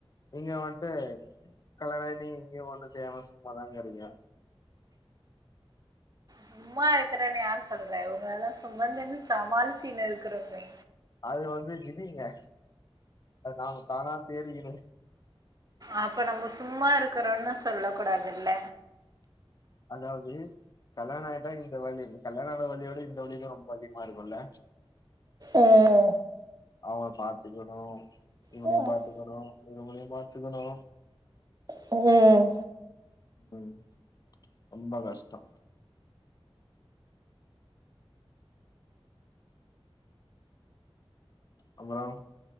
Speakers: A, on the left; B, on the right.
A: நீங்க வன்ட்டு கல்யாணாய் நீங்க இங்க ஒன்னு செய்யாம சும்மாதாங்கறிங்க
B: சும்மா இருக்குறேன் யார சொல்ற உங்களலா சுமந்தனு சமாளிச்சினு இருக்குறோமே
A: அதுல வந்து விதிங்க நாம தானா சேரிகினு
B: அப்ப நம்ப சும்மா இருக்குறன்னு சொல்ல கூடாதுல்ல
A: அதாவ்து கல்யாண ஆயிட்டா இந்த வலி கல்யாண ஆன வலியோட இந்த வலி தா ரொம்ப அதிகமா இருக்குல்ல
B: ஒ ஒ
A: அவன பாத்துக்கணு இவுனியு
B: ஓ
A: பாத்துக்கணு இவுங்ளியு பாத்துக்கணு
B: ம்
A: ம் ரொம்ப கஷ்ட்டொ அப்புறொ